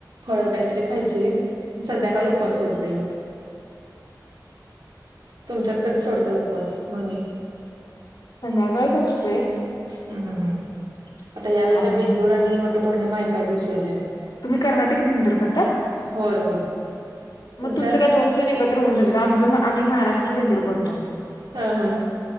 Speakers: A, on the right; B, on the left.
A: फळ काहीतरी खायची. संध्याकाळी
B: हा
A: उपास सोडतेय. तुमच्यात कधी सोडत उपवास मग
B: संध्याकाळीच असतोय
A: ह् हम् ह आता यावेळी
B: आम
A: काय बेंदूर आणि वटपौर्णिमा एकाच दिवशी आल्या
B: तुम्ही कर्नाटक बिंदूर करता
A: होय होय तुमच्यात?
B: मग तुमचं काय दोन सण एकत्र होऊन जात आमच मग आम्ही महाराष्ट्र बेंदूर करतो
A: हम हा